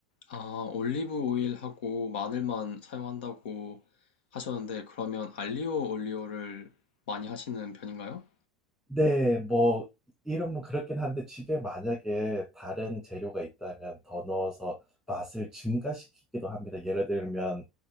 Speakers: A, on the left; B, in the centre.
A: 아, 올리브 오일하고 마늘만 사용한다고 하셨는데 그러면 알리오 올리오를 많이 하시는 편인가요?
B: 네, 뭐 이름은 그렇긴 한데 집에 만약에 다른 재료가 있다면 더 넣어서 맛을 증가시키기도 합니다. 예를 들면